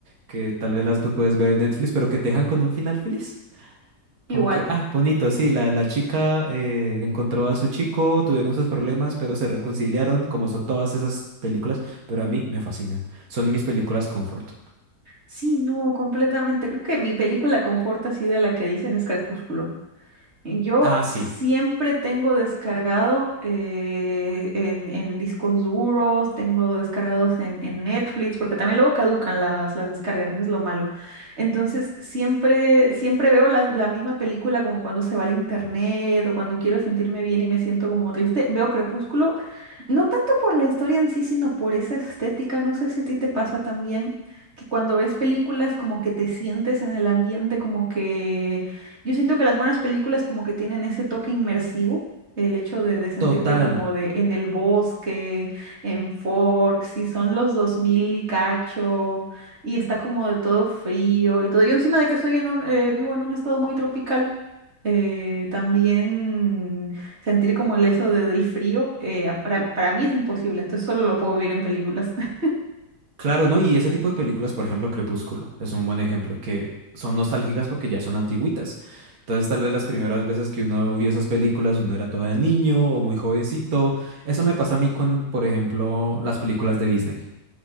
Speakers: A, on the right; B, on the right.
A: que tal vez las puedes ver en Netflix, pero que te dejan con un final feliz.
B: Igual.
A: Como que, ah, bonito, sí, la, la chica eh, encontró a su chico, tuvieron sus problemas, pero se reconciliaron, como son todas esas películas, pero a mí me fascinan. Son mis películas comfort.
B: Sí, no, completamente. Creo que mi película confort así de la que dices es Crepúsculo. Yo
A: Ah, sí,
B: siempre tengo descargado eh, en, en discos duros, tengo descargados en, en Netflix, porque también luego caducan las, las descargas, y eso es lo malo. Entonces, siempre, siempre veo la, la misma película como cuando se va al internet o cuando quiero sentirme bien y me siento como triste. Veo Crepúsculo no tanto por la historia en sí, sino por esa estética. No sé si a ti te pasa también que cuando ves películas como que te sientes en el ambiente, como que yo siento que las buenas películas como que tienen ese toque inmersivo, el hecho de, de sentirte
A: total.
B: como de en el bosque, en Forks, si son los 2000 y cacho, y está como de todo frío y todo. Yo encima de que soy en un, eh, vivo en un estado muy tropical eh, también sentir como el eso de- del frío, eh, a- para, para mí es imposible, entonces solo lo puedo vivir en películas. <laughs>
A: Claro, ¿no? Y ese tipo de películas, por ejemplo, Crepúsculo, es un buen ejemplo, que son nostálgicas porque ya son antigüitas. Entonces, tal vez las primeras veces que uno vio esas películas, uno era todavía niño o muy jovencito. Eso me pasa a mí con, por ejemplo, las películas de Disney.